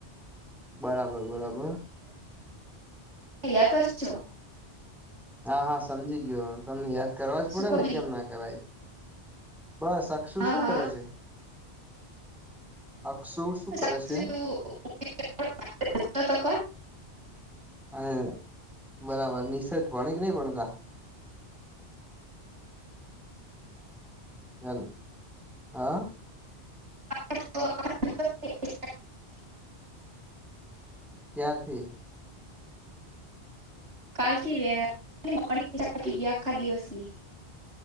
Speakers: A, in the centre; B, on the right.
A: બરાબર, બરાબર
B: તૈયાર કરજો.
A: હા હા સમજી ગયો, તમને યાદ કરવા જ પડે
B: શું કો
A: ને
B: બી
A: કેમ ના કરાય બસ અક્ષુ
B: હા
A: શું કરે
B: હા
A: છે. અક્ષુ
B: <inaudible>
A: શું કરે છે અને બરાબર, નિસર્ગ ભણે કે નહી, ભણતા <unintelligible> <inaudible> ચલ હા.
B: <inaudible>
A: ક્યારથી
B: કાલથી વેલી મોડી ચાલથી આખા દિવસની